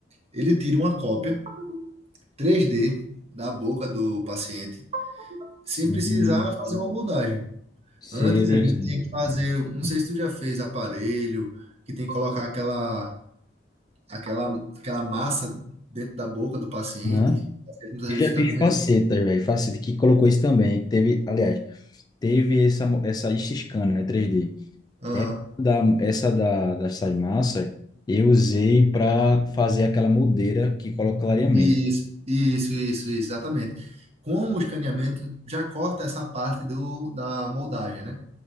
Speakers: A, on the right; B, on the left.
A: ele tira uma cópia 3D da boca do paciente,
B: Sim,
A: sem precisar fazer uma moldagem.
B: sei,
A: Antes a gente
B: sei.
A: tinha que fazer, não sei se tu já fez aparelho, que tem que colocar aquela aquela, aquela massa dentro da boca do paciente.
B: Uhum.
A: O paciente muitas
B: Eu
A: vezes
B: já
A: fica
B: fiz
A: com res...
B: facetas, velho, faceta que colocou isso também, que teve, aliás, teve essa, mo- essa scan, né, 3D.
A: Aham.
B: Essa da, essa da, dessas massas eu usei para fazer aquela moldeira que coloca o clareamento.
A: Isso, isso, isso, isso, exatamente. Com o escaneamento, já corta essa parte do, da moldagem, né?